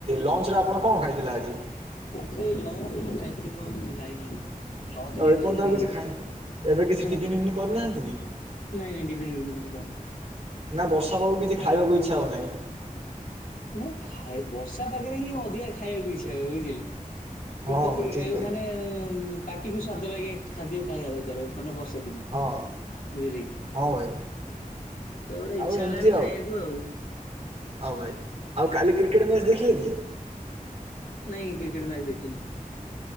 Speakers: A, on the right; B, on the left.
A: ଲଞ୍ଚରେ ଆପଣ କଣ ଖାଇଥିଲେ ଆଜି?
B: ସେଇ ଲଞ୍ଚରେହିଁ ଖାଇଥିଲି ମୁଁ ଆଉ କିଛି ଖାଇନି। ଲଞ୍ଚ ରେ
A: ଆଉ
B: ହିଁ
A: ଏପର୍ଯ୍ୟନ୍ତ
B: ଖାଇଥିଲି
A: ଆଉ କିଛି ଖାଇ ଏବେ
B: ନା
A: କିଛି ଟିଫିନ ଫିପିନ କରିନାହାନ୍ତିକି?
B: ନାଇଁ ନାଇଁ ଟିଫିନ ଫିପନ କିଛି କରିନି।
A: ନା ବର୍ଷା ପାଗକୁ କିଛି ଖାଇବାକୁ ଇଚ୍ଛା ହଉନାହିଁ।
B: ନାଇଁ ଖାଏ ବର୍ଷା ପାଗରେହିଁ ଅଧିକା ଖାଇବାକୁ ଇଚ୍ଛା ହୁଏ ବୁଝିଲେ।
A: ହଁ
B: କି ପକୁଡି
A: ହଁ ଠିକ୍
B: ଖାଇବାକୁ
A: କହିଲେ।
B: ମାନେ ପାଟିକୁ ସ୍ଵାଦ ଲାଗେ ଖାଦ୍ୟ ଖାଇବା ଦରକାର। ନହନେ ବର୍ଷା ଦିନ
A: ହଁ
B: ବୁଝିଲେକି।
A: ହଁ ଭାଇ
B: ତ ଗୋଟେ ଇଚ୍ଛା
A: ଆଉ ଏମିତି
B: ହେଲାନି ଖାଇବାକୁ ଆଉ
A: ହଁ ଭାଇ ଆଉ କାଲି କ୍ରିକେଟ ମ୍ୟାଚ ଦେଖିଲେକି।
B: ନାଇଁ କ୍ରିକେଟ ମ୍ୟାଚ ଦେଖିନି।